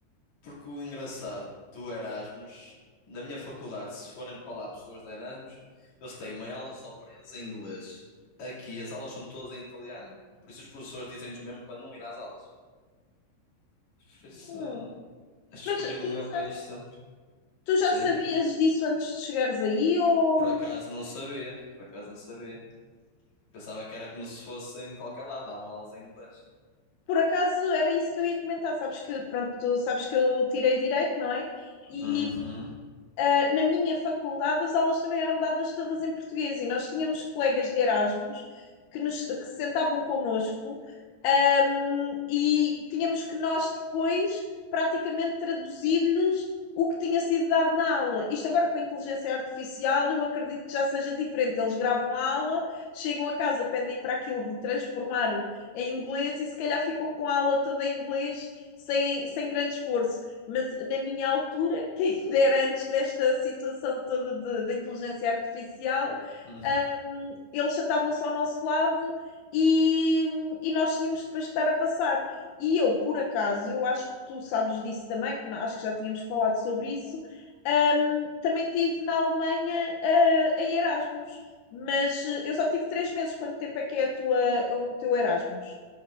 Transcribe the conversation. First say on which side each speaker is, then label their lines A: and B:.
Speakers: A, on the left; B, on the left.
A: porque o engraçado do Erasmus, na minha faculdade, se forem para lá pessoas de Erasmus, eles têm uma aula só para eles em inglês. Aqui as aulas são todas em italiano. Por isso os professores dizem-nos mesmo para não ir às aulas. Por
B: <laughs>
A: isso, acho que
B: Mas
A: escolhi
B: tu
A: o melhor país
B: já,
A: sempre.
B: tu já
A: Sim,
B: sabias disso antes de chegares aí ou
A: por acaso não sabia. Por acaso não sabia. Pensava que era como se fosse em qualquer lado, davam aulas em inglês.
B: Por acaso era isso que eu ia comentar, sabes que, pronto, tu sabes que eu tirei direito, não é? E
A: Uhum.
B: Uh, na minha faculdade as aulas também eram dadas todas em português e nós tínhamos colegas de Erasmus que, nos, que se sentavam connosco um, e tínhamos que nós depois praticamente traduzir-lhes o que tinha sido dado na aula. Isto agora com a inteligência artificial, eu acredito que já seja diferente. Eles gravam a aula, chegam a casa, pedem para aquilo de transformar em inglês e se calhar ficam com a aula toda em inglês sem, sem grande esforço mas na minha altura, <laughs> que ainda era antes desta situação toda de- da inteligência artificial,
A: Uhum.
B: hum, eles sentavam-se ao nosso lado e, e nós tínhamos depois que estar a passar. E eu, por acaso, eu acho que tu sabes disso também, que na- acho que já tínhamos falado sobre isso, hum, também tive na Alemanha, ah, em Erasmus, mas eh, eu só tive três meses. Quanto tempo é que é a tua, o teu Erasmus?